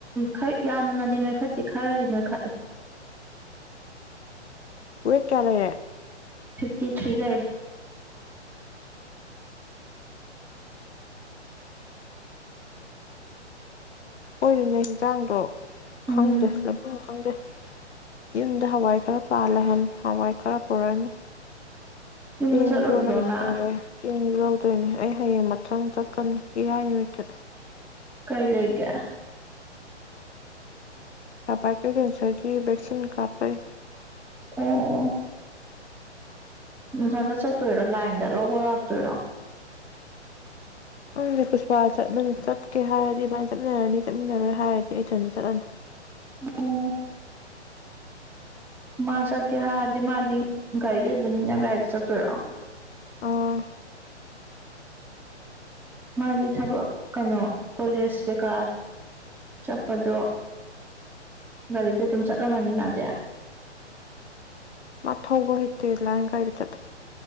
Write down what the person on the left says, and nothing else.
ꯋꯦꯠ ꯀꯌꯥ ꯂꯩꯔꯦ
<unintelligible> ꯆꯥꯡꯗꯣ
ꯈꯪꯗꯦ ꯂꯩꯐꯝ ꯈꯪꯗꯦ ꯌꯨꯝꯗ ꯍꯋꯥꯏ ꯈꯔ ꯄꯥꯜꯂꯦ ꯍꯥꯏꯕꯅꯤ ꯍꯋꯥꯏ ꯈꯔ ꯄꯨꯔꯛꯅꯤ
ꯆꯦꯡꯖꯨ
ꯂꯩꯇꯔꯦ
ꯆꯦꯡꯖꯨ ꯂꯧꯗꯣꯏꯅꯤ ꯍꯌꯦꯡ ꯃꯊꯪ ꯆꯠꯀꯅꯤ ꯏꯔꯥꯏ ꯅꯨꯃꯤꯠꯇ
<unintelligible> ꯀꯦꯟꯁꯔꯒꯤ ꯚꯦꯛꯁꯤꯟ ꯀꯥꯞꯄꯩ
ꯈꯪꯗꯦ ꯄꯨꯁ ꯄꯥ ꯆꯠꯃꯟ ꯆꯠꯀꯦ ꯍꯥꯏꯔꯗꯤ ꯏꯕꯥꯅꯤ ꯆꯠꯃꯤꯟꯅꯔꯅꯤ ꯆꯠꯃꯤꯟꯅꯔꯣꯏ ꯍꯥꯏꯔꯗꯤ ꯑꯩꯊꯟꯗ ꯆꯠꯂꯅꯤ
ꯑꯥ
ꯃ ꯊꯧꯕ ꯍꯩꯇꯦ ꯂꯥꯏꯟ ꯒꯥꯔꯤꯗ ꯆꯠꯂꯤ